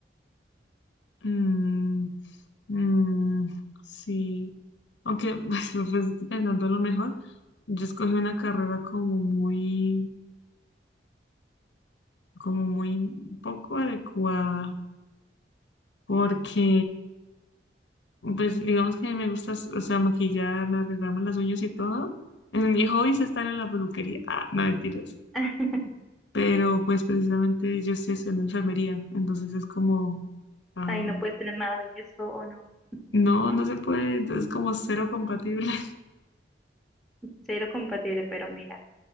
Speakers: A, on the left (about 85°); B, in the centre.
A: Mm, Mm, sí. Aunque, <laughs> pues, pues, pensando lo mejor, yo escogí una carrera como muy, como muy poco adecuada, porque, pues, digamos que me gusta, o sea, maquillarme, arreglarme las uñas y todo. En mi hobby es estar en la peluquería. Ah, no, mentiras.
B: <laughs>
A: Pero, pues, precisamente yo estoy estudiando enfermería, entonces es como, ah,
B: Ahí no puedes tener nada de eso o no.
A: no, no se puede, entonces como cero compatible.
B: Cero compatible, pero mira,